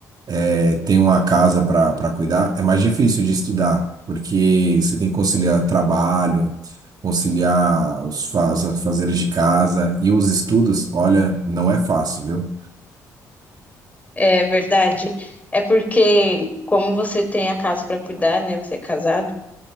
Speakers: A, on the right (about 50°); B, on the left (about 20°).
A: é, tem uma casa para para cuidar, é mais difícil de estudar, porque você tem que conciliar trabalho, conciliar os faz, fazeres de casa e os estudos, olha, não é fácil, viu?
B: É verdade. É porque, como você tem a casa para cuidar, né? Você é casado,